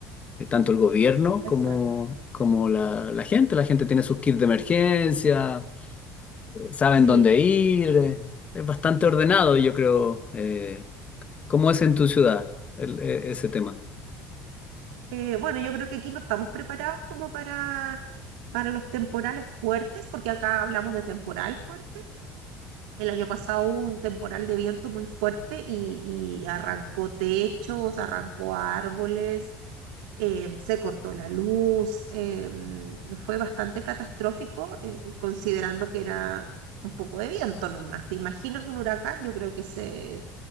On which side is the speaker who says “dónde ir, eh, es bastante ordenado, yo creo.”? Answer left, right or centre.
Left